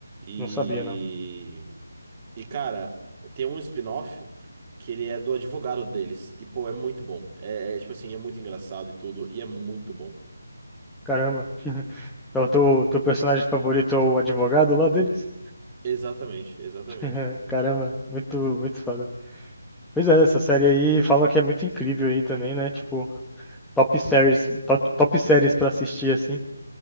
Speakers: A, on the right; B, in the centre.
A: E.
B: não sabia, não.
A: E, cara, tem um spin-off que ele é do advogado deles. E, pô, é muito bom. é, é, tipo assim, é muito engraçado e tudo, e é muito bom.
B: Caramba. Então, o teu, teu personagem favorito é o advogado lá deles?
A: Exatamente, exatamente.
B: <laughs> Caramba, muito, muito foda. Pois é, essa série aí falam que é muito incrível aí também, né? Tipo, top séries, top, top séries pra assistir, assim.